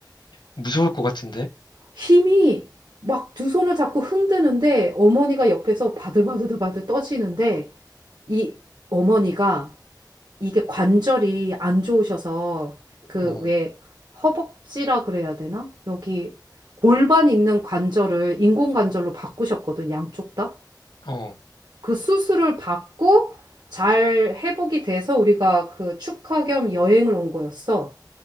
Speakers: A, on the left; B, on the right.
A: 무서울 것 같은데?
B: 힘이 막 두 손을 잡고 흔드는데 어머니가 옆에서 바들바들바들 떠지는데 이 어머니가 이게 관절이 안 좋으셔서 그
A: 어,
B: 왜 허벅지라 그래야 되나? 여기 골반 있는 관절을 인공관절로 바꾸셨거든. 양쪽 다.
A: 어.
B: 그 수술을 받고 잘 회복이 돼서 우리가 그 축하 겸 여행을 온 거였어.